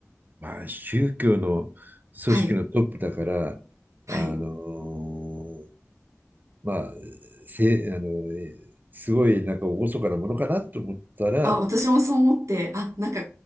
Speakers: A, on the right (about 35°); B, on the right (about 80°).
A: まあ、宗教の組織のトップだから、
B: はい、はい。
A: あの、まあ、せ、あの、すごいなんか厳かなものかなと思ったら、
B: あ、私もそう思って、あ、なんか